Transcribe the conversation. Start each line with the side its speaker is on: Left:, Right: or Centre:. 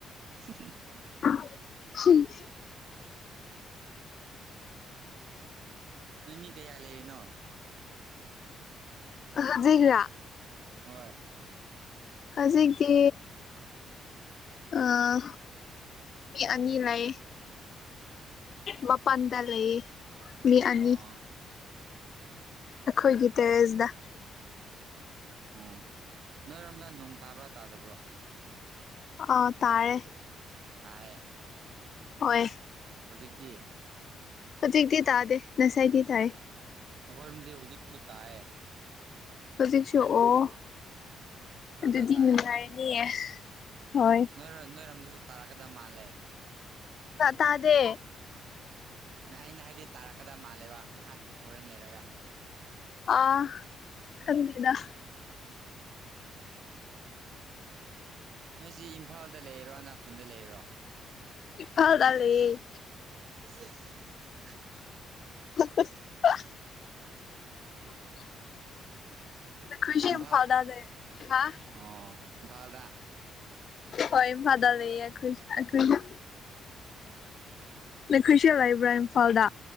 Right: ꯍ ꯍꯦ <unintelligible>
Left: ꯍ <unintelligible>
Right: ꯅꯣꯢ ꯃꯤ ꯀꯌꯥ ꯂꯩꯔꯤꯅꯣ
Left: ꯍꯧꯖꯤꯛ ꯔꯥ
Right: ꯍꯣꯏ
Left: ꯍꯧꯖꯤꯛꯗꯤ ꯑꯥ ꯃꯤ ꯑꯅꯤ ꯂꯩ ꯃꯥ ꯄꯥꯟꯗ ꯂꯩ ꯃꯤ ꯑꯅꯤ
Right: ꯑꯣ
Left: ꯑꯩꯈꯣꯏꯒꯤ ꯇꯦꯔꯦꯁꯇ
Right: ꯑꯣ ꯅꯣꯏꯔꯣꯝꯗ ꯅꯣꯡ ꯇꯥꯕ꯭ꯔꯥ ꯇꯥꯗꯕ꯭ꯔꯣ
Left: ꯑꯥ ꯇꯥꯔꯦ
Right: ꯇꯥꯢꯌꯦ
Left: ꯍꯣꯏ
Right: ꯍꯧꯖꯤꯛꯇꯤ
Left: ꯍꯧꯖꯤꯛꯇꯤ ꯇꯥꯗꯦ ꯉꯁꯥꯏꯗꯤ ꯇꯥꯏ
Right: ꯑꯩꯈꯣꯢꯔꯣꯝꯗꯤ ꯍꯧꯖꯤꯛꯁꯨ ꯇꯥꯏꯑꯦ
Left: ꯍꯧꯖꯤꯛꯁꯨ ꯑꯣ
Right: ꯀꯟꯅ
Left: ꯑꯗꯨꯗꯤ
Right: ꯇꯥꯏ
Left: ꯅꯨꯡꯉꯥꯏꯅꯤꯌꯦ ꯍꯣꯏ
Right: ꯅꯣꯏ ꯅꯣꯏꯔꯣꯝꯗꯁꯨ ꯇꯥꯔꯛꯀꯗꯕ ꯃꯥꯜꯂꯦ
Left: ꯇꯥꯗꯦ
Right: ꯑꯩꯅ ꯍꯥꯏꯕꯗꯤ ꯇꯥꯔꯛꯀꯗꯕ ꯃꯥꯜꯂꯦꯕ ꯉꯥꯏꯍꯥꯛ ꯍꯣꯔꯦꯟ ꯂꯩꯔꯒ
Left: ꯑ ꯈꯟꯗꯦꯗ
Right: ꯅꯣꯏꯁꯤ ꯏꯝꯐꯥꯜꯗ ꯂꯩꯔꯣ ꯅꯥꯈꯨꯜꯗ ꯂꯩꯔꯤꯔꯣ
Left: ꯏꯝꯐꯥꯜꯗ ꯂꯩꯌꯦ
Right: <unintelligible>
Left: <inaudible> ꯅꯈꯣꯏꯁꯨ
Right: ꯏꯝꯐꯥꯜ
Left: ꯏꯝꯐꯥꯜꯗ ꯂꯩ ꯍꯥ
Right: ꯑꯣ ꯏꯝꯐꯥꯜꯗ
Left: ꯍꯣꯏ ꯏꯝꯐꯥꯜꯗ
Right: ꯑꯩꯈꯣꯏꯁꯨ
Left: ꯂꯩꯌꯦ ꯑꯩꯈꯣꯏ ꯑꯩꯈꯣꯏꯁꯨ ꯅꯈꯣꯏꯁꯨ ꯂꯩꯕ꯭ꯔꯥ ꯏꯝꯐꯥꯜꯗ